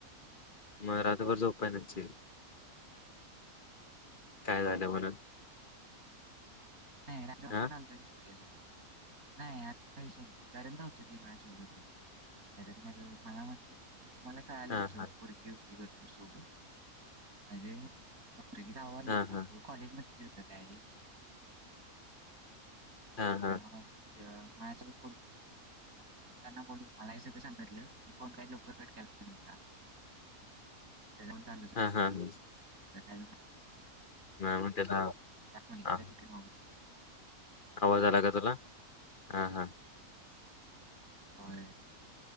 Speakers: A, on the left; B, on the right.
A: मग रातभर झोपाय नसशील काय झालं म्हणून
B: नाही राञी
A: हा
B: फोन आलता कि सुरजाचा नाही असं काय विषय नाही का करण होता कि माझ्या सोबत जर मय म्हात <unintelligible> तुम्हाला कळालेल
A: हा
B: सोबत
A: हा
B: कोण तरी पोरगी होती म्हणजे गीच आवा
A: हा हा
B: तू कॉलेज मध्येली
A: हा हा
B: मला म्हणाला माझ्यासोबत बोलते त्यांना बोल मला हे सगळं सांगितलं मी फोन का लवकर कट के नव्हता त्याच्या पण चाल
A: हा हा हा
B: त्या
A: मग त्याला
B: मुलच्या
A: हा
B: तिकडे <unintelligible>
A: आवाज आला का तुला हा हा
B: होय